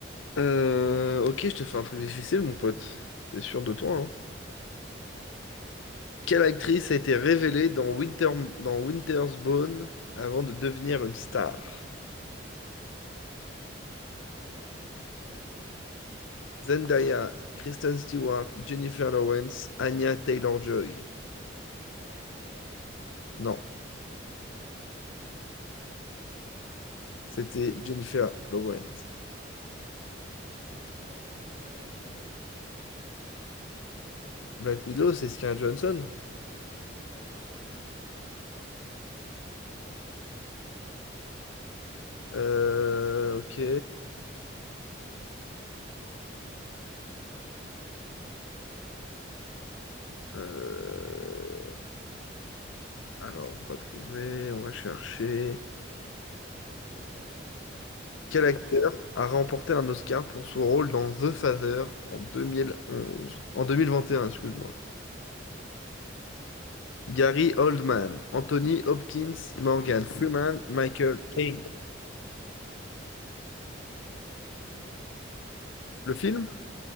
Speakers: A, on the left; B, on the right.
A: Euh, Ok, je te fais un truc difficile, mon pote. T'es sûr de toi, hein?
B: Vas-y, gars.
A: Quelle actrice a été révélée dans Winter... dans Winter's Bone avant de devenir une star?
B: Winter's Bone, euh, je veux bien que tu passes les quatre, s'il te plaît.
A: Zendaya, Kristen Stewart, Jennifer Lawrence, Anya Taylor-Joy.
B: C'est Anya Taylor-Joy.
A: Non,
B: Ah, c'est qui?
A: c'était Jennifer Lawrence.
B: Ah merde. Quelle actrice joue dans Black Widow? Widow.
A: Black Widow, c'est Scarlett Johansson.
B: Ouais, pas mal. Pas mal, pas mal.
A: Euh, ok.
B: Je te laisse euh, ouais, me poser la question.
A: Euh, Alors, on va trouver, on va chercher.
B: D'accord, tu peux me faire dur, hein, comme je t'ai dit. hein.
A: Quel
B: Genre,
A: acteur
B: li-
A: a remporté un Oscar pour son rôle dans The Father en deux mille onze, En 2021, excuse-moi.
B: donne-moi les quatre, s'il te plaît.
A: Gary Oldman, Anthony Hopkins, Morgan Freeman, Michael Caine.
B: Toi, c'est- comment, comment ça s'appelle déjà?
A: Le film?